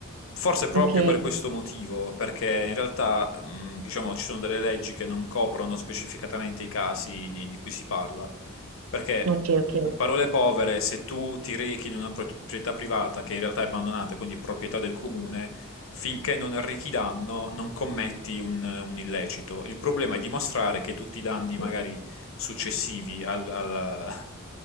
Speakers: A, on the left (about 70°); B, on the right (about 75°).
A: Forse proprio
B: Ok,
A: per questo motivo, perché in realtà, mh, diciamo, ci sono delle leggi che non coprono specificatamente i casi di, di cui si parla. Perché,
B: ok, ok.
A: in parole povere, se tu ti rechi in una pro- proprietà privata che in realtà è abbandonata, quindi proprietà del comune, finché non arrechi danno, non commetti un, un illecito. Il problema è dimostrare che tutti i danni magari successivi al- alla, a-